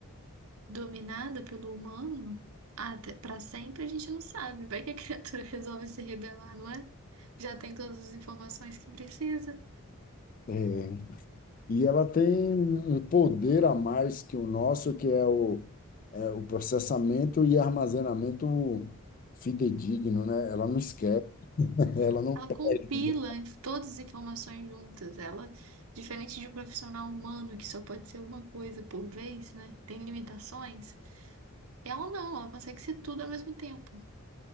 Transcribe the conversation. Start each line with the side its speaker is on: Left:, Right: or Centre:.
Right: dominada pelo humano até para sempre, a gente não sabe. Vai que a <laughs> criatura resolve se rebelar, não é? Já tem todas as informações que precisa.
Left: É. E ela tem um poder a mais que o nosso, que é o, é o processamento e armazenamento fidedigno, né? Ela não esquece, <laughs> ela não
Right: Ela
Left: perde.
Right: compila
Left: né?
Right: inf- todas as informações juntas. Ela, diferente de um profissional humano que só pode ser uma coisa por vez, né? Tem limitações. Ela não, ela consegue ser tudo ao mesmo tempo.